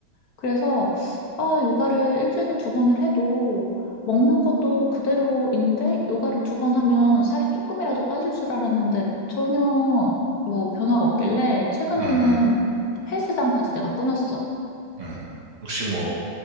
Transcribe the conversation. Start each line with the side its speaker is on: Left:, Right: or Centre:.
Left: 그래서 아, 요가를 일주일에 두 번을 해도 먹는 것도 그대로인데 요가를 두 번 하면 살이 조금이라도 빠질 줄 알았는데 전혀 뭐 변화가 없길래 최근에는
Right: 음, 음,
Left: 헬스장까지 내가 끊었어.
Right: 음. 음. 혹시 뭐